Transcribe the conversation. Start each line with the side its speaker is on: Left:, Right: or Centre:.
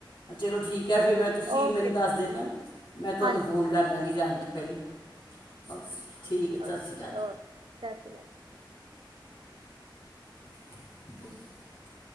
Left: ਚਲੋ ਠੀਕ ਹੈ ਫਿਰ ਮੈ ਤੁਸੀਂ
Right: ਓਕੇ
Left: ਮੈਨੂੰ ਦੱਸ
Right: ਜੀ
Left: ਦੇਨਾ, ਮੈਂ ਤੁਹਾਨੂੰ
Right: ਹਾਂਜੀ
Left: ਫੋਨ ਕਰ ਲਾਂਗੀ ਜਾਣ ਤੋਂ ਪਹਿਲੇ। ਓਕੇ ਜੀ, ਠੀਕ
Right: ਕੇ
Left: ਹੈ ਜੀ। ਸਤਿ ਸ਼੍ਰੀ ਅਕਾਲ
Right: 'ਸਤਿ ਸ੍ਰੀ ਅਕਾਲ ਜੀ'।
Left: <inaudible>